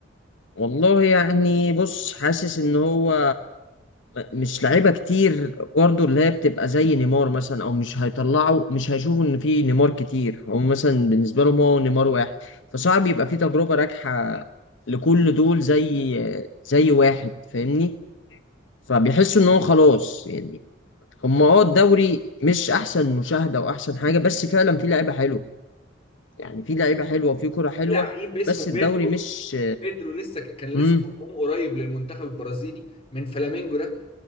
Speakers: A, on the left; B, on the left.
A: والله يعني بص حاسس ان هو مش لعيبه كتير برضه اللي هي بتبقى زي نيمار مثلا او مش هيطلعوا مش هيشوفوا ان في نيمار كتير هم مثلا بالنسبه لهم هو نيمار واحد فصعب يبقى في تجربه ناجحه لكل دول زي زي واحد فاهمني فبيحسوا ان هو خلاص يعني هم اه الدوري مش احسن مشاهده واحسن حاجه بس فعلا في لعيبه حلوه يعني في لعيبه حلوه وفي كره حلوه
B: في لعيب اسمه
A: بس
B: بيدرو
A: الدوري مش
B: بيدرو لسه كان
A: امم
B: لسه مضموم قريب للمنتخب البرازيلي من فلامينجو ده